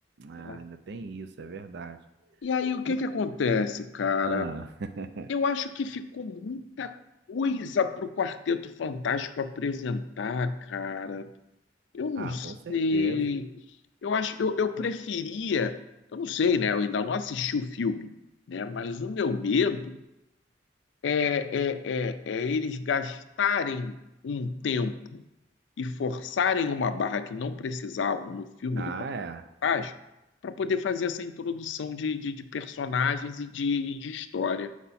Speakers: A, on the right; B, on the left.
A: Ah,
B: né?
A: ainda tem isso, é verdade.
B: E aí, o que
A: E-
B: que acontece, cara?
A: Ah, <laughs>
B: Eu acho que ficou muita coisa pro Quarteto Fantástico apresentar, cara. Eu não
A: ah,
B: sei.
A: com certeza.
B: Eu acho, eu, eu preferia. Eu não sei, né? Eu ainda não assisti o filme, né? Mas o meu medo é, é, é é eles gastarem um tempo e forçarem uma barra que não precisavam no filme
A: Ah,
B: do Quarteto
A: é.
B: Fantástico para poder fazer essa introdução de, de, de personagens e de, de história. O